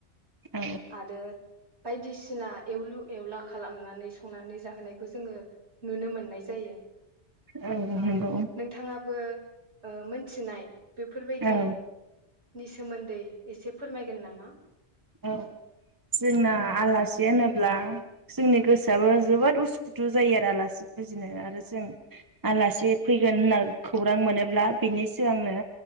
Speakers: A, on the right; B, on the right.
A: औ
B: आरो बायदिसिना एवलु एवला खालामनानै संनानै जाहोनायखौ जोङो नुनो मोननाय जायो।
A: औ नंगौ
B: ओ नोंथाङाबो ओ मोनथिनाय। बेफोरबायदि
A: औ
B: नि सोमोन्दै एसे फोरमायगोन नामा?
A: औ जोंना आलासि होनोब्ला जोंनि गोसोआबो जोबोद उसुखुथु जायो आरो आलासि फुजिनो आरो जों आलासि फैगोन होनना खौरां मोनोब्ला बिनि सिगांनो